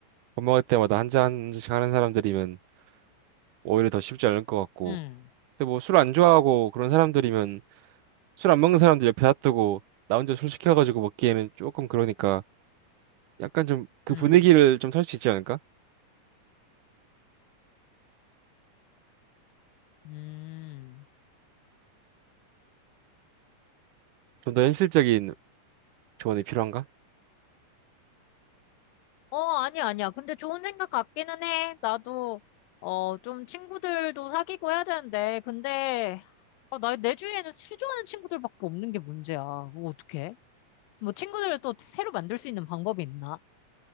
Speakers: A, on the right; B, on the left.
A: 밥 먹을 때마다 한 잔 한 잔씩 하는 사람들이면 오히려 더 쉽지 않을 것 같고.
B: 응,
A: 근데 뭐 술 안 좋아하고 그런 사람들이면 술 안 먹는 사람들 옆에 놔두고 나 혼자 술 시켜가지고 먹기에는 조금 그러니까 약간 좀 그
B: 응,
A: 분위기를 좀 살 수 있지 않을까?
B: 음.
A: 좀 더 현실적인 조언이 필요한가?
B: 어, 아니야, 아니야. 근데 좋은 생각 같기는 해. 나도, 어, 좀 친구들도 사귀고 해야 되는데. 근데, 아, 나, 내 주위에는 수조하는 친구들밖에 없는 게 문제야. 그거 어떡해? 뭐, 친구들을 또 새로 만들 수 있는 방법이 있나?